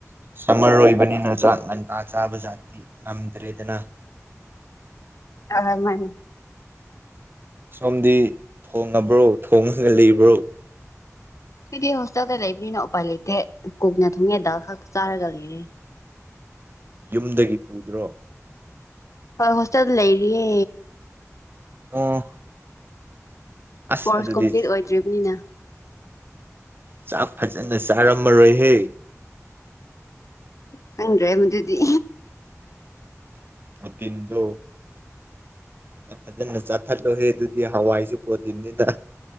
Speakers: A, on the right; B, on the left.
A: ꯁꯝꯃꯔ ꯑꯣꯏꯕꯅꯤꯅ ꯆꯥꯛ ꯉꯟꯇꯥ ꯆꯥꯕ ꯖꯥꯇꯤ ꯉꯝꯗ꯭ꯔꯦꯗꯅ <inaudible>
B: ꯑ ꯃꯥꯅꯤ
A: ꯁꯣꯝꯗꯤ ꯊꯣꯡꯉꯕ꯭ꯔꯣ ꯊꯣꯉꯒ ꯂꯩ ꯕꯔꯣ
B: ꯑꯩꯗꯤ ꯍꯣꯁꯇꯦꯜꯗ ꯂꯩꯕꯅꯤꯅ ꯎꯄꯥꯏ ꯂꯩꯇꯦ ꯀꯨꯛꯅ ꯊꯨꯡꯉꯦ ꯗꯥꯜ ꯈꯛꯇ ꯆꯥꯔꯒ ꯂꯩꯔꯦ
A: ꯌꯨꯝꯗꯒꯤ ꯄꯨꯗ꯭ꯔꯣ
B: ꯍꯥ ꯍꯣꯁꯇꯦꯜꯗ ꯂꯩꯔꯤꯌꯦ
A: ꯑꯣ ꯑꯁ
B: ꯀꯣꯔꯁ
A: ꯑꯗꯨꯗꯤ
B: ꯀꯝꯄ꯭ꯂꯤꯠ ꯑꯣꯏꯗ꯭ꯔꯤꯕꯅꯤꯅ
A: ꯆꯥꯛ ꯐꯖꯅ ꯆꯥꯔꯝꯃꯔꯣꯏꯍꯦ
B: ꯈꯪꯗ꯭ꯔꯦ ꯃꯗꯨꯗꯤ
A: <unintelligible> ꯐꯖ ꯐꯖꯅ ꯆꯥꯊꯠꯂꯣꯍꯦ ꯑꯗꯨꯗꯤ ꯍꯋꯥꯏꯁꯨ ꯄ꯭ꯔꯣꯇꯤꯟꯅꯤꯗ